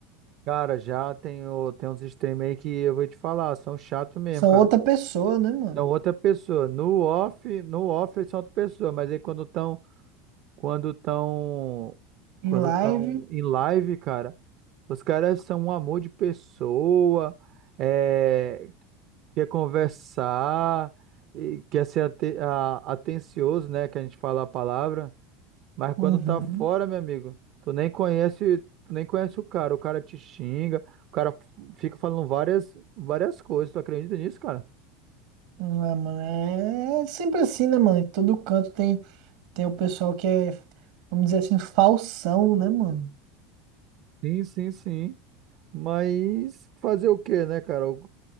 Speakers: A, on the right; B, on the right.
A: Cara, já tem, o- tem uns streamers aí que eu vou te falar, são chato mesmo,
B: São
A: cara.
B: outra pessoa, né, mano?
A: São outra pessoa. No off, no off eles são outra pessoa, mas aí quando estão, quando estão,
B: Em
A: quando
B: live.
A: estão em live, cara, os caras são um amor de pessoa. É, quer conversar, e quer ser ate- a- atencioso, né? Que a gente fala a palavra, mas quando
B: Uhum.
A: tá fora, meu amigo, tu nem conhece, tu nem conhece o cara, o cara te xinga, o cara f- fica falando várias, várias coisas. Tu acredita nisso, cara?
B: Ah, mano, é sempre assim, né, mano? Em todo canto tem, tem o pessoal que é, vamos dizer assim, falsão, né, mano?
A: Sim, sim, sim. Mas fazer o quê, né, cara? O-